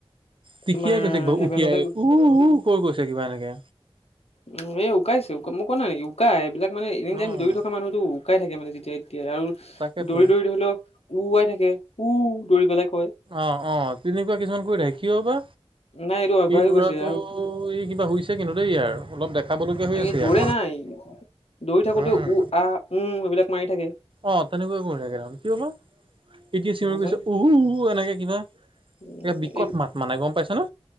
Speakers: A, on the right; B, on the left.
A: টিকিয়াই
B: তোমাৰ
A: গৈছে কিবা,
B: হেভেনলৈ
A: উকিয়াই উ, উ, কৈ গৈছে কিবা এনেকে।
B: উম, উকাইছে উকা মই কোৱা নেকি উকাই এইবিলাক মানে এনি টাইম
A: অ',
B: দৌৰি থকা মানুহ টো উকাই থাকে মানে যেতিয়াাই তেতিয়া আৰু
A: তাকেতো
B: দৌৰি দৌৰি ধৰি লও উওৱাই থাকে, উ দৌৰি পেলাই কয়।
A: অঁ', অঁ', তেনেকুৱা কিছুমান কৰি থাকে কিয় বা,
B: নাই এইটো অভ্যাস
A: সি
B: হৈ
A: ল'ৰাটো
B: গৈছে আৰু
A: ই কিবা হৈছে কিন্তু দেই ইয়াৰ অলপ দেখাবলগীয়া হৈ
B: তাকে
A: আছে
B: দৌৰে
A: ইয়াৰ।
B: নাই দৌৰি থাকোঁতে
A: উম,
B: উ, আ, উম, এইবিলাক মাৰি থাকে।
A: অ', তেনেকুৱা কৰি থাকে দেখোন কিয় বা, এতিয়া চিঞৰি
B: নাজানো
A: গৈছে উ, উ, এনেকে কিবা।
B: উম
A: একে বিকট
B: এই
A: মাত মানে গম পাইছ নে?